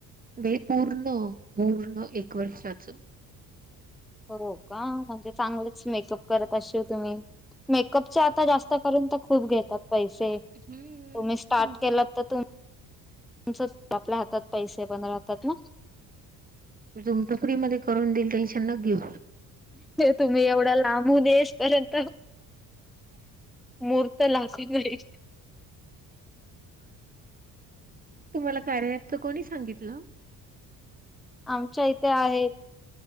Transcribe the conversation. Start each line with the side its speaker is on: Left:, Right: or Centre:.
Right: वे पूर्ण पूर्ण एक वर्षाचं.
Centre: हो का म्हणजे चांगलंच मेकअप करत असशीव तुम्ही. मेकअपचं आता जास्त करून ते खूप घेतात पैसे तुम्ही
Right: हम्म.
Centre: स्टार्ट केलात त तुम् तुमचच् आपल्या हातात पैसे पण राहतात ना.
Right: चुमत फ्री मध्ये करून दिल टेन्शन नक घीऊ.
Centre: तुम्ही एवढ्या लांबून येस पर्यंत मुर्त लागी नई.
Right: तुम्हाला कार्य ऍप त कोणी सांगितलं?
Centre: आमच्या इथे आहे